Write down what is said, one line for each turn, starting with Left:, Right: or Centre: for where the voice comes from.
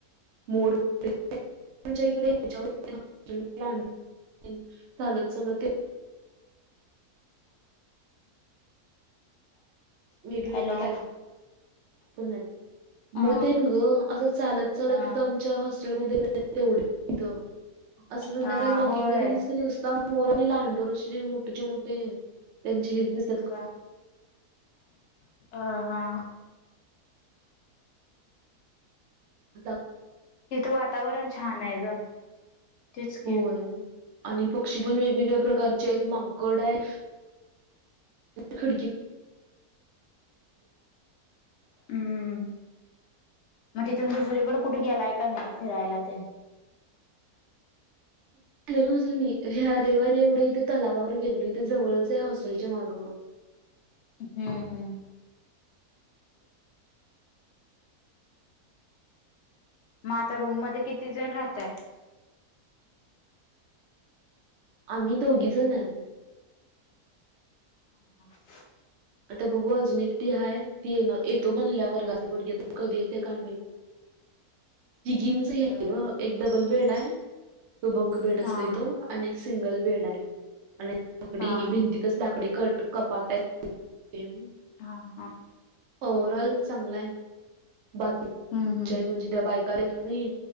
Right: मोर. <inaudible> आच्या इकडे ह्याच्यावर चालत लत. वेगवेगळ
Left: हॅलो
Right: <inaudible>
Left: हा
Right: मत आहे ग असं चालत चालत
Left: हा
Right: इथं आमच्या हॉस्टेलमध्ये. तेवढं असं संध्याकाळी
Left: हा
Right: वॉकिंगनेच
Left: होय.
Right: कसता. मोर आणि लांडोर असे मोठे मोठे त्यांचे हेच दिसते.
Left: ह अ हा.
Right: ह.
Left: तिथं वातावरण छान आहे ग तेच
Right: होय
Left: क
Right: आणि पक्षी पण वेगवेगळ्या प्रकारचे आहेत माग ड ख
Left: हम्म मग तिथून दुसरीकडे कुठे गेलाय का नाही फिरायला ते
Right: गले ना होतां मी ह रविवारी एवढं इथं तलावावर गेलेलो इथं जवळच आहे हॉस्टेलच्या मागं
Left: हम्म हम्. मग आता रूम मध्ये किती जण राहतय
Right: आम्ही दोघी जण आहे.
Left: हम हा.
Right: आता बघू अजून एकटी हय ती येतो म्हणल्या वर्गातची भगी कधी येते कायम
Left: <unintelligible> हम्म
Right: किगीन एक
Left: बर बर
Right: डबल बेड आहे तो ब बेड अस
Left: हा
Right: त
Left: हा
Right: आणि सिंगल बेड आहे आणि लाकडी
Left: हा हा
Right: भिंतीतच लाकडी कट कपाट तेम
Left: हा हा.
Right: ओवरऑल चांगला आहे बाकी
Left: हम्म हम्म
Right: म्हणजे त्या बायका मी